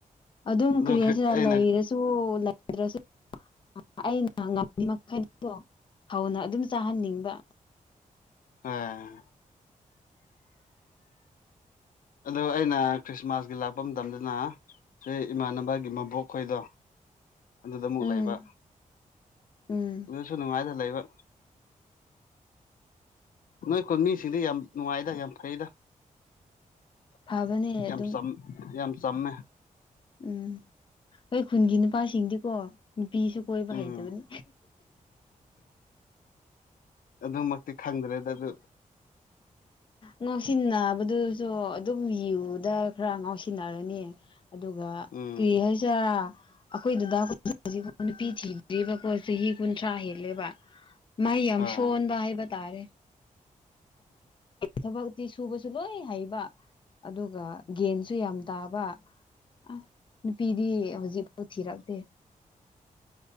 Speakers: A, on the left; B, on the left.
A: ꯑꯗꯨꯝ
B: ꯑꯗꯨ
A: ꯀ꯭ꯔꯤꯌꯦꯁ
B: ꯑꯩꯅ
A: ꯂꯩꯔꯁꯨꯣ ꯭ꯔꯁꯨ ꯑꯩꯅ ꯉꯝꯃꯤ ꯃꯈꯩꯗꯤꯀꯣ ꯍꯧꯅ ꯑꯗꯨꯝ ꯆꯥꯍꯟꯅꯤꯡꯕ
B: ꯑ ꯑꯗꯣ ꯑꯩꯅ ꯈ꯭ꯔꯤꯁꯃꯥꯁꯀꯤ ꯂꯥꯛꯄ ꯃꯇꯝꯗꯅ ꯁꯦ ꯏꯃꯥꯟꯅꯕꯒꯤ ꯃꯕꯣꯛ ꯈꯣꯏꯗꯣ ꯑꯗꯨꯗ ꯑꯃꯨꯛ
A: ꯎꯝ
B: ꯂꯩꯕ
A: ꯎꯝ
B: ꯑꯗꯨꯁꯨ ꯅꯨꯡꯉꯥꯏꯗ ꯂꯩꯕ ꯅꯣꯏꯈꯣꯏ ꯃꯤꯁꯤꯡꯗ ꯌꯥꯝ ꯅꯨꯡꯉꯥꯏꯗ ꯌꯥꯝ ꯐꯩꯗ
A: ꯐꯕꯅꯦ
B: ꯌꯥꯝ
A: ꯑꯗꯨꯝ
B: ꯆꯝ ꯌꯥꯝ ꯆꯝꯃꯦ
A: ꯎꯝ ꯑꯩꯣꯏ ꯈꯨꯟꯒꯤ ꯅꯨꯄꯥꯁꯤꯡꯗꯤꯀꯣ ꯅꯨꯄꯤꯁꯨ ꯀꯣꯏꯕ
B: ꯎꯝ
A: ꯍꯩꯇꯕꯅꯤ
B: ꯑꯗꯨꯃꯛꯇꯤ ꯈꯪꯗ꯭ꯔꯦꯗ ꯑꯗꯨ
A: ꯉꯥꯎꯁꯤꯟꯅꯕꯗꯨꯁꯨ ꯑꯗꯨꯝ ꯨꯗ ꯈꯔ ꯉꯥꯎꯁꯤꯟꯅꯔꯅꯤ ꯑꯗꯨꯒ
B: ꯎꯝ
A: ꯀꯦ ꯍꯥꯏꯁꯥ ꯑꯩꯈꯣꯏꯗꯨꯗ ꯍꯧꯖꯤꯛꯐꯥꯎ ꯅꯨꯄꯤ ꯊꯤꯗ꯭ꯔꯤꯕꯀꯣ ꯆꯍꯤ ꯀꯨꯟꯊ꯭ꯔꯥ ꯍꯦꯜꯂꯦꯕ ꯃꯍꯩ ꯌꯥꯝ
B: ꯑꯥ
A: ꯁꯣꯟꯕ ꯍꯥꯏꯕ ꯇꯥꯔꯦ ꯊꯕꯛꯇꯤ ꯁꯨꯕꯁꯨ ꯂꯣꯏ ꯍꯩꯕ ꯑꯗꯨꯒ ꯒꯦꯟꯁꯨ ꯌꯥꯝ ꯇꯥꯕ ꯑ ꯅꯨꯄꯤꯗꯤ ꯍꯧꯖꯤꯛꯐꯥꯎ ꯊꯤꯔꯛꯇꯦ